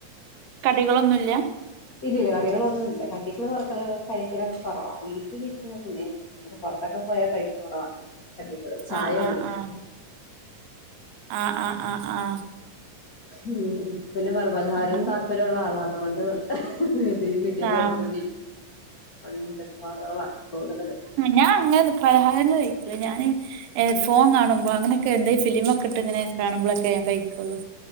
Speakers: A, on the right; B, on the left.
A: കടികളൊന്നുല്യ
B: ഇല്ലല്ല കടികളൊന്നും ഇല്ല കടികള് കൊറക്ക കഴിക്കലൊക്കെ കൊറവാ വീട്ടിലിരിക്കുന്ന അന്നെ അ പുറത്തൊക്കെ പോയാ കഴിക്കുന്ന കുറവാ കടികള് ചായ
A: ആഹ്
B: ഒള്ളു.
A: ആഹ് ആഹ് ആഹ് ആഹ് ആഹ്
B: ഉം, പിന്നെ പറ പലഹാരം
A: ആഹ്
B: താല്പര്യം ഉള്ള ആളാ അതോണ്ട് എതി കിട്ടിയ
A: ആഹ്
B: കൊറച്ചോണ്ടി പണ്ട കൊറവാ കൂടുതല്.
A: ഞാനങ്ങനെ നി പലഹാരങ്ങള് കഴിക്കില്ല ഞാന് ഏഹ് ഫോൺ, കാണുമ്പോ അങ്ങനൊക്കെ എന്തഈ, ഫിലിമൊക്കെട്ട് ഇങ്ങനെ കാണുമ്പോഴൊക്കെ കഴിക്കുള്ളു